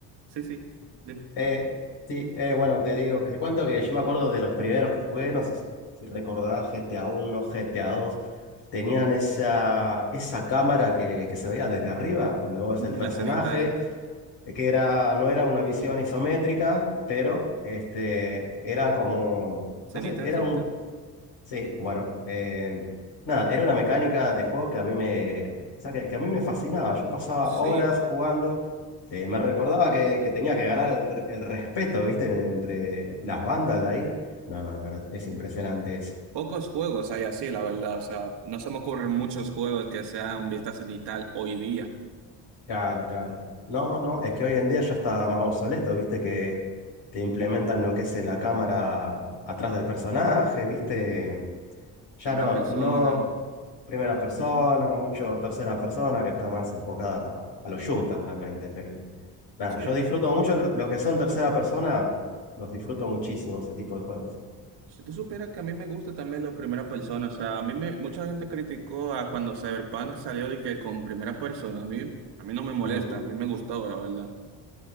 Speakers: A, on the right; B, on the left.
A: sí, sí, dime.
B: Eh, sí, eh, bueno, te digo, te cuento que yo me acuerdo de los primeros que jugué, no sé si si recordás GTA 1, GTA dos, tenían esa, esa cámara que, que se veía desde arriba, donde vos ves
A: Ujú,
B: el personaje,
A: La cenital,
B: eh, que era, no era una visión isométrica, pero este, era como,
A: cenital,
B: no sé, era
A: cenital.
B: un Sí, bueno, eh, nada, era una mecánica de juego que a mí me, o sea, que, que a mí me fascinaba. Yo pasaba
A: Sí,
B: horas jugando, eh, me recordaba que, que tenía que ganar el, re- el respeto, ¿viste? Entre las bandas de ahí. No, no, la verdad, es impresionante eso.
A: Pocos juegos hay así, la verdad. O sea, no se me ocurren muchos juegos que sean vista cenital hoy día.
B: Claro, claro. No, no, es que hoy en día ya está más obsoleto, ¿viste? Que te implementan lo que es la cámara atrás del personaje, ¿viste? Ya
A: Primera
B: no,
A: persona.
B: no primera persona,
A: ujú.
B: mucho tercera persona, que está más enfocada a, a los shooters realmente. Pero nada,
A: Sí.
B: yo disfruto mucho lo- los que son tercera persona, los disfruto muchísimo ese tipo de juegos.
A: Si tú supieras que a mí me gusta también la primera persona, o sea, a mí me, mucha gente criticó a cuando Cyberpunk salió de que con primera persona, a mí, a mí no me molesta,
B: Ujú.
A: a mí me gustó, la verdad.